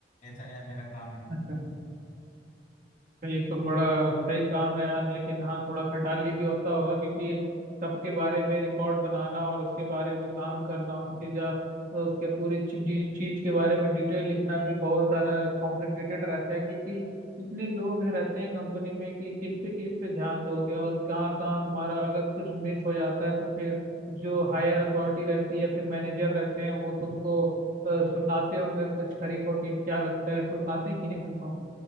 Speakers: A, on the left (about 40°); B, on the right (about 50°).
A: ऐसा यार मेरा काम है
B: अच्छा तो ये तो बड़ा सही काम है यार लेकिन हाँ थोड़ा खटाली भी होता होगा क्योंकि सबके बारे में रिकॉर्ड बनाना और उसके बारे में काम करना उसकी जा उसके पूरी चीज चीज के बारे में डिटेल लिखना भी बहुत सारा कॉम्प्लिकेटेड रहता है क्योंकि इतने लोग हैं- रहते हैं कंपनी में कि किस पे किस पे ध्यान दोगे और कहाँ कहाँ तुम्हारा अगर कुछ मिस हो जाता है तो फिर जो हायर अथॉरिटी रहती है या फिर मैनेजर रहते हैं वो तुमको अ, सुनाते होंगे कुछ खरी खोटी क्या लगता है सुनाते हैं कि नहीं तुमको